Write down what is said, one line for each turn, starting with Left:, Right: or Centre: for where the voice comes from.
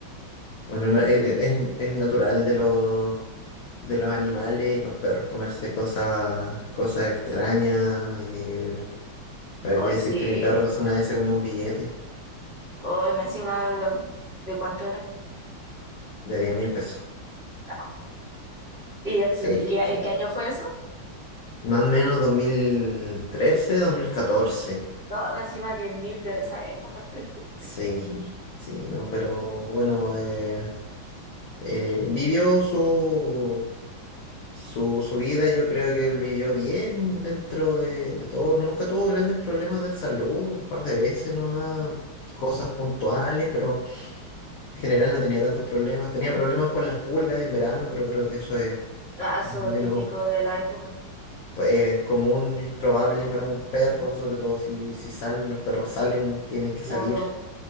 Left: Bueno, no, es, es- es natural de los de los animales, los perros comerse cosas cosas extrañas. Y para
Right: Hoy
Left: qué decir
Right: sí.
Left: que mi perro una vez se comió un billete
Right: Hoy, más encima, ¿de cuánto era?
Left: de diez mil pesos.
Right: No. ¿Y eh,
Left: Sí,
Right: de qué,
Left: sí.
Right: eh, qué año fue eso?
Left: Más o menos dos dos mil trece, dos mil catorce.
Right: No, encima 10.000 de esa época. <laughs>
Left: Sí, sí, no, pero bueno, eh, eh, vivió su, su, su vida, yo creo que él vivió bien dentro de, de todo, nunca tuvo grandes problemas de salud, un par de veces nomás, cosas puntuales, pero en general no tenía tantos problemas, tenía problemas con las pulgas en verano, pero creo que eso es
Right: Lazo
Left: menos
Right: típico de la época,
Left: pues, común y probable para un perro, sobre todo si, si salen, los perros salen, tienen que
Right: claro.
Left: salir,